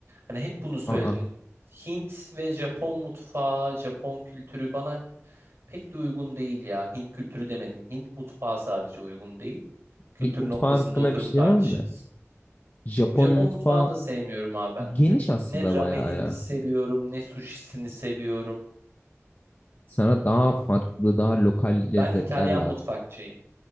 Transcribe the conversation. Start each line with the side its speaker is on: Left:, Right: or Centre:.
Right: Hani hep bunu söyledim.
Left: Aa,
Right: Hint ve Japon mutfağı, Japon kültürü bana pek de uygun değil ya. Hint kültürü demedim. Hint mutfağı sadece uygun değil. Kültür
Left: Hint mutfağı
Right: noktasında
Left: hakkında
Right: oturup
Left: bir şey diyemem
Right: tartışırız.
Left: de. Japon
Right: Japon
Left: mutfağı
Right: mutfağını da sevmiyorum abi ben.
Left: geniş aslında
Right: Ne ramenini
Left: bayağı ya.
Right: seviyorum, ne sushisini seviyorum.
Left: Sana daha farklı, daha lokal lezzetler
Right: Ben İtalyan
Left: lazım.
Right: mutfakçıyım.